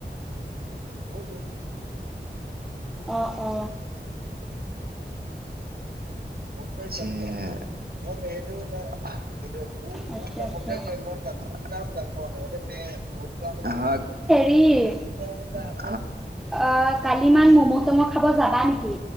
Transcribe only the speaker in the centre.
অ অ
আচ্ছা আচ্ছা
কি?
অ', কালিমান ম'ম চম' খাব যাবা নিকি?